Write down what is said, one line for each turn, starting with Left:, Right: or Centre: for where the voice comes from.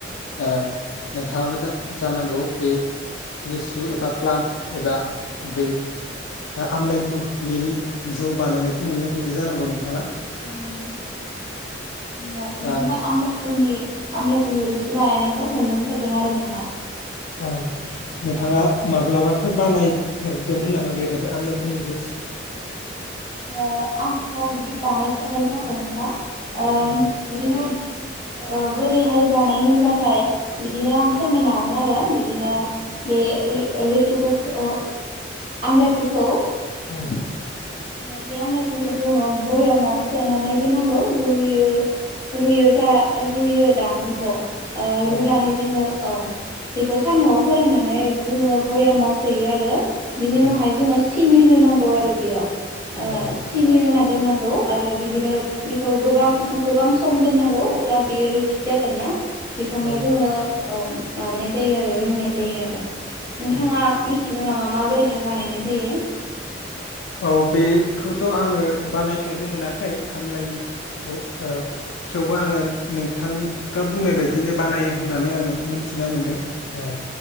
Left: ओ नोंथाङाबो जों जानांगौ बे लिसु एबा प्लाम एबा बे आमलाइखु बेनि जौ बानायनायखौ मोनलोंफेरदों जानांगौ नोंथाङा?
Right: औ नंगौना बिदिनो
Left: दा
Right: आमलाय <unintelligible> आमलायखुनि रोसि बानायनायखौ मोनलोंफेरदों आरो नोंथां।
Left: औ नोंथाङा
Right: औ
Left: माब्लाबा बेफोर बानायफेरदोंमोन नामा बेबायदि आमलाायखुनि जुस?
Right: अ आंथ' बिदि बानायफेरनाय जायाखै नोंथां। ओ
Left: औ
Right: बिदिनो ओ बोरैहाय बानायो होनबाथाय बिदिनो आं फोरमायनो हागोन आरो। बिदिनो
Left: औ
Right: बे लिथुख'खौ आमलाय खुखौ
Left: औ।
Right: ओ बे आमलायखुखौ जोङो बयामाव सोनानै दोननांगौ रुयो रुयो जा रुयो दां बेखौ। ओ
Left: औ
Right: रुनानै जोङो औ। बेखौ सान्दुंआव फोराननानै जोङो भयामाव सोयो आरो। बिनि
Left: औ
Right: उनावहाय जोङो सिनि होनांगौ आरो बेयाव। ओ
Left: औ
Right: सिनि होनानै दोननांगौ आरो बिदिनो बेखौ गोबां-गोबां सम दोननांगौ अब्ला बियो रोसि जागोन ना बेखौनो
Left: औ
Right: जोङो औ माबानाय जायो आरो लोंनाय जायो आरो। नोंथाङा
Left: औ
Right: मिथिगौ नामा? माबोरैहाय बानायनाय जायो?
Left: औ बेखौथ' आङो बानायफेरनो मोनाखै आमलाइनि जुसखौ ओ थेवबो आङो नोंथां दा बुंनाय बायदिनो बानायो होननानै आङो मोनथिना मोनदों। ओ